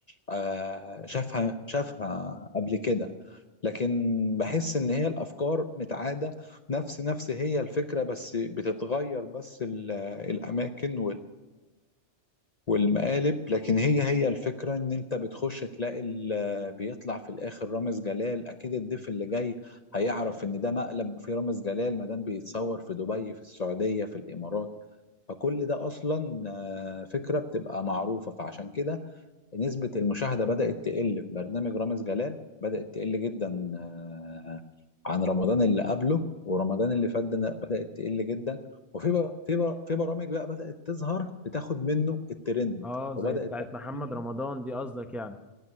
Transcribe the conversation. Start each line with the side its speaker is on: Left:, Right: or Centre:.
Left: آه، شافها شافها قبل كده لكن بحس ان هي الافكار متعاده نفس نفس هي الفكره بس بتتغير بس ال- الاماكن والمقالب لكن هي هي الفكرة ان انت بتخش تلاقي ال- بيطلع في الاخر رامز جلال اكيد الضيف اللي جاي هيعرف ان ده مقلب وفيه رامز جلال ما دام بيتصور في دبي في السعودية في الامارات فكل ده اصلا آه، فكرة بتبقى معروفة فعشان كده نسبة المشاهدة بدأت تقل في برنامج رامز جلال بدأت تقل جدا آه، عن رمضان اللي قبله ورمضان
Centre: آه.
Left: اللي فات ده بدأت تقل جدا وفي بر- في بر- في برامج بقى بدأت تظهر بتاخد منه الترند
Centre: اه
Left: وبدأت
Centre: زي بتاعت
Left: تاخد
Centre: محمد
Left: منه
Centre: رمضان دي قصدك يعني